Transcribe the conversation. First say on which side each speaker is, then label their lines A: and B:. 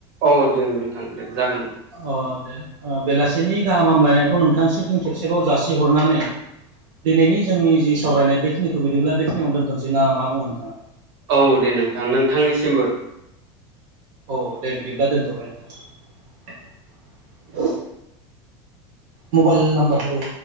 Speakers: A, on the right; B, on the right.
A: औ दे नोंथां दे जागोन।
B: अ दे बेलासिनि गाहाम हामलायनायखौ नोंथांसिम फिन खेबसेबाव जासिहरनानै। दिनैनि जोंनि जि सावरायनाय बेखिनिखौ बिदोंब्ला बेखिनियावनो दोनथोसै ना मा बुङो नोंथाङा।
A: औ दे नोंथां नोंथांनिसिमबो।
B: औ दे बिदिब्ला दोनथ'बाय नोंथां। मबाइल नामबारखौ